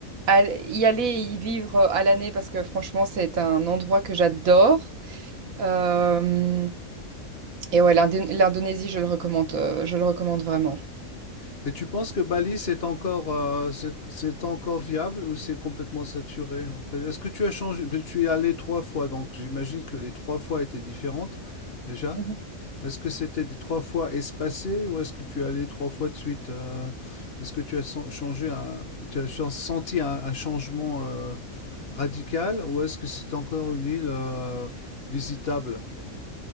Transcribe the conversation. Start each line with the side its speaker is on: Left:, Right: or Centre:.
Right: al- y aller et y vivre euh, à l'année parce que franchement, c'est un endroit que j'adore. Euh, et ouais, l'Indé- l'Indonésie, je le recommande, euh, je le recommande vraiment.
Left: Et tu penses que Bali, c'est encore, euh, c'est c'est encore viable ou c'est complètement saturé? En fait, est-ce que tu as changé? parce que Tu y es allé trois fois, donc j'imagine que les trois fois étaient différentes déjà.
Right: Mhm.
Left: Est-ce que c'était des trois fois espacé ou est-ce que tu allais trois fois de suite euh, Est-ce que tu as sen- changé un- tu as ch- senti un, un changement euh, radical ou est-ce que c'est encore une île euh, visitable?